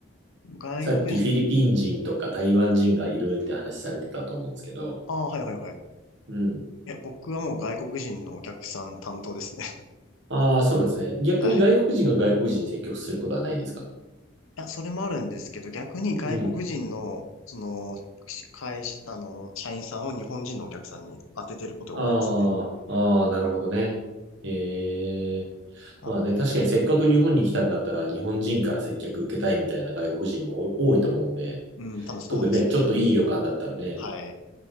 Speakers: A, on the left (about 85°); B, on the right (about 60°).
A: 外国人、
B: さっきフィリピン人とか台湾人がいるって話されてたと思うんですけど。
A: ああ、はいはいはい。
B: うん。
A: いや、僕はもう外国人のお客さん担当ですね。<laughs>
B: ああ、そうなんですね。逆に外国人が外国人に接客することはないんですか。
A: はい。いや、それもあるんですけど、逆に外国人の、
B: うん
A: その、会社、あの、社員さんを日本人のお客さんに当ててることが多いですね。
B: ああ、ああ、なるほどね。ええ。
A: た、
B: まあね、確かにせっかく日本に来たんだったら、日本人から接客受けたいみたいな外国人も多多いと思うんで、
A: うん、多分そうですね。
B: 特にね、ちょっといい旅館だったらね。
A: はい。